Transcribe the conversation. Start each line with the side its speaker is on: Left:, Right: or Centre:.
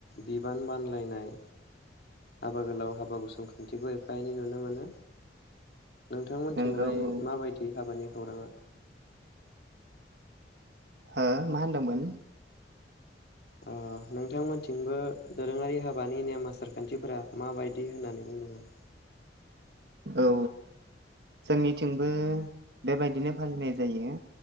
Left: बिबान बानलायनाय। हाबा गोलाव हाबा गुसं खान्थिखौ एफा एनै नुनो मोनो। नोंथांमोनथिलाय
Right: नंगौ औ
Left: माबायदि हाबानि। खौराङा।
Right: हो मा होनदोंमोन?
Left: अ नोंथांमोनथिंबो दोरोङारि हाबानि नेम आसारखान्थिफोरा माबायदि होननानै बुंदों?
Right: औ जोंनिथिंबो बेबायदिनो फालिनाय जायो